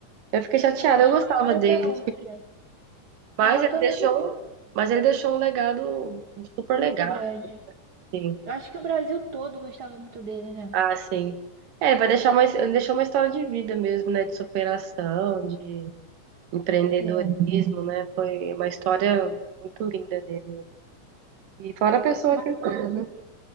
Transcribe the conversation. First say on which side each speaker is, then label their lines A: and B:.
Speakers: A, on the right; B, on the right.
A: Eu fiquei chateada,
B: De
A: eu gostava
B: uma hora
A: dele.
B: pra outra.
A: Mas
B: É, eu
A: ele
B: também
A: deixou.
B: tô
A: Mas ele deixou um legado super
B: muito
A: legal,
B: grande.
A: assim.
B: Eu acho que o Brasil todo gostava muito dele, né?
A: Ah, sim. É, vai deixar mais ele deixou uma história de vida mesmo, né? De superação, de empreendedorismo,
B: É.
A: né? Foi uma história muito linda dele. E fora a pessoa
B: Mas,
A: que ele foi,